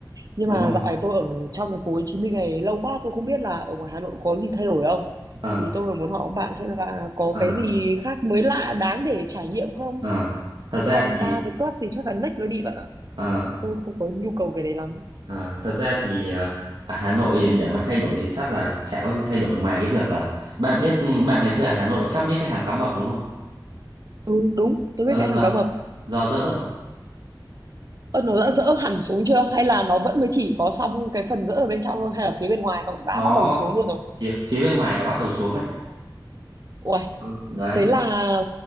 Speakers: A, on the right; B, on the right.
A: nhưng
B: đúng
A: mà
B: rồi.
A: dạo này tôi ở trong thành phố Hồ Chí Minh này lâu quá tôi không biết là ở ngoài Hà Nội có gì thay đổi không
B: Ờ,
A: thì tôi muốn hỏi ông bạn xem là có
B: ờ.
A: cái gì khác mới lạ đáng để trải nghiệm không
B: Ờ, thật ra
A: chứ còn
B: thì
A: bar với club thì chắc là next nó đi bạn ạ
B: ờ,
A: tôi không có nhu cầu cái đấy lắm
B: ờ, thật ra thì ờ, ở Hà Nội để mà thay đổi thì chắc là chả có gì thay đổi ngoài cái việc là bạn biết bạn ngày xưa ở Hà Nội chắc biết cái hàm cá mập đúng không?
A: ừ đúng tôi
B: Ờ
A: biết cái
B: do
A: hàng cá mập
B: do dỡ rồi.
A: ơ nó đã dỡ hẳn xuống chưa hay là nó vẫn mới chỉ có xong cái phần dỡ ở bên trong thôi hay là phía bên ngoài nó đã
B: Nó
A: bắt đầu xuống luôn rồi
B: phía phía bên ngoài là bắt đầu xuống rồi đấy.
A: ui
B: Ừ, Đấy,
A: thế là